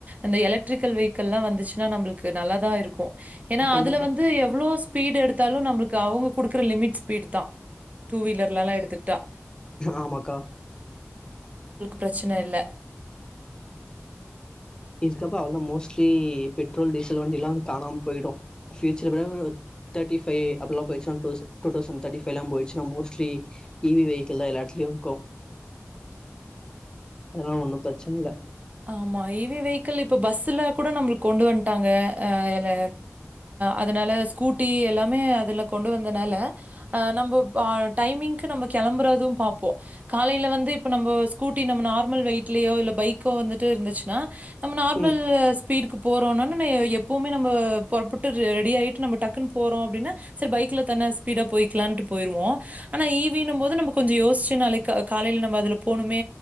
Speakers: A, on the right (about 30°); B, on the left (about 15°).
A: அந்த எலக்ட்ரிக்கல் வெஹிக்கள்ல்லாம் வந்துச்சுன்னா நம்பளுக்கு நல்ல தா இருக்கும் ஏனா
B: கண்டிப்பா
A: அதுல வந்து எவ்வளோ ஸ்பீட் எடுத்தாலும் நம்மளுக்கு அவங்க குடுக்குற லிமிட் ஸ்பீட் தான் டூ வீலர்லல்லாம் எடுத்துக்கிட்டா
B: ஆமாக்கா
A: பிரச்சன இல்ல
B: அதுக்கப்பரோ வந்து மோஸ்ட்லி பெட்ரோல் டீசல் வண்டிய எல்லாம் கானாம போயிடும் ஃபியூச்சர் தேட்டிஃபைவ் அப்படலாம் போயடுச்சுனா டூ தௌசண்ட தேர்டி ஃபைவலாம் போயிடுசுனா மோஷ்ட்லி இவி வெஹிள் தான் எல்லா இடத்திலயும் இக்கும்
A: <inaudible>
B: அதனால ஒன்னு பிரச்சன இல்ல
A: ஆமா இவி வெஹிக்கள் இப்ப பஸ்ல கூட நம்மளுக்கு கொண்டு வந் ட்டங்க ல அதனால ஸ்கூட்டி எல்லாமே அதுல கொண்டு வந்தனால நம்ம டைமிங்க்கு நம்ம கிளம்புறதும் பாப்போம் காலையில வந்து இப்ப நம்ம ஸ்கூட்டி நம்ம நார்மல் வெயிட்லேயோ இல்ல பைக் வந்துட்டு இருந்துச்சுன்னா நம்ம நார்மல்
B: ம்
A: ஸ்பீடுக்கு போறோம்னா எப்பவுமே நம்ம புறப்பட்டு ரெடி ஆகிட்டு நம்ம டக்குன்னு போறோம் அப்படினா சரி பைக்ல தான ஸ்பீடா போ போய்கலாம்னு போயிருவோம் ஆனா ஈவீ போது நம்ம கொஞ்சோ யோசிச்ச காலையையில் நம்ம அதுல போணுமே